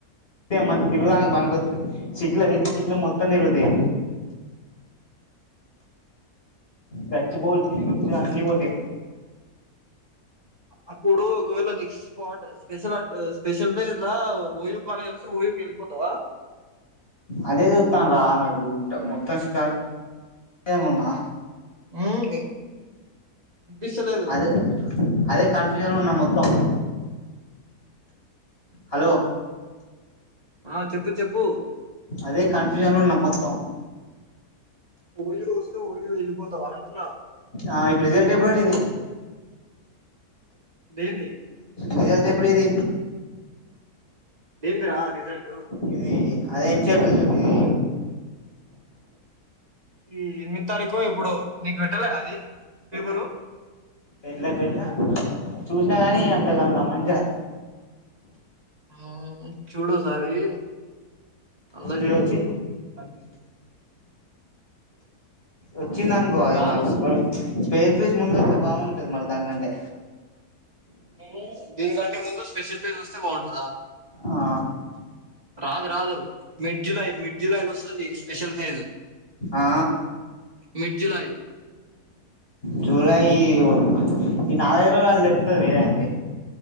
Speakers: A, on the left; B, on the right.
A: మనకి తిరుగుదానికి బని గొతది సిట్లో సిట్లో మొత్తం తిరుగుదిగ గచ్చ బోల్
B: సిటీలో మొత్తం
A: అన్ని
B: తిరుగుతా
A: పోతే
B: అప్పుడు ఒకవేళ నెక్స్ట్ స్పాట్ స్పెషల్ స్పెషల్ పే ఇలా ఓయ్ కాలేజ్ వస్తే ఓయ్కి వెళ్ళిపోతావా
A: అదే చూతాను రా నాకు మొత్తం షికారు ఏమున్నా
B: <unintelligible> ఇనిపిస్తలేదు
A: అదే అదే కన్ఫ్యూజన్ ఉన్నా మొత్తం హలో
B: ఆ చెప్పు చెప్పు
A: అదే కన్ఫ్యూజన్ లో వున్న మొత్తం
B: ఓళ వస్తే ఓయిళ వెళ్ళిపోతావా అంటున్నా
A: ఆ ఇప్పుడు రిజల్ట్ ఎప్పుడు ఇది
B: డైలీ
A: రిజల్ట్ ఎప్పుడు ఇది
B: దేనికిరా రిజల్టు
A: ఇది అదే నిమిషది <unintelligible>
B: ఈ ఎనిమిదో తారీకు ఇప్పుడో నీకు పెట్టలే అది పేపరు
A: పెట్లే పెట్లా చూసినా గానీ అంతగాని గమనించలే
B: ఆ చూడు సారి అల
A: ఇది
B: చూడు
A: వచ్చి
B: కనిపిస్తది.
A: వచ్చింది అనుకో అది
B: గాలి
A: మరి
B: వస్తుందిరా
A: స్పేర్ ఫేస్ ముందు వస్తతే బాగుంటది మరి దానికంటే
B: ఊ దీనికంటే ముందు స్పెషల్ పేస్ ఒస్తే బాగుంటందా!
A: ఆ
B: రాదు రాదు మిడ్ జులై మిడ్ జులై ఒస్తది. స్పెషల్ ఫేజ్
A: ఆ
B: మిడ్ జులై
A: జూలై ఈ నాలుగైదు రోజులల తెల్తది రా ఏదనేదీ